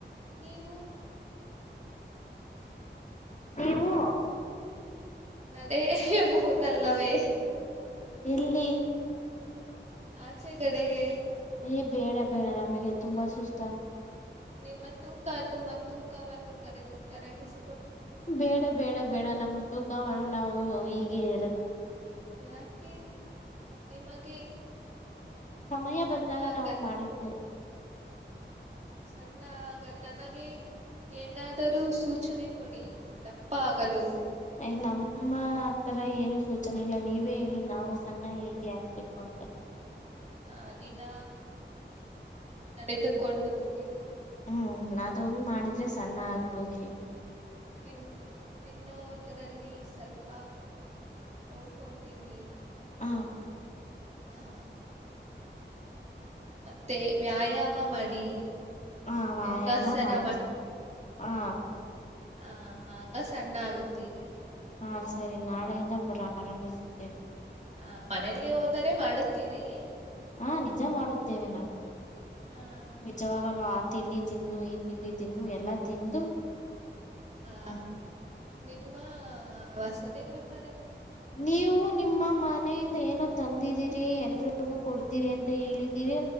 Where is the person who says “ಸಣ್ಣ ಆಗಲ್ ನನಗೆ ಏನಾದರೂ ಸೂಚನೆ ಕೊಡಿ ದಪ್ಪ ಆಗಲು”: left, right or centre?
Right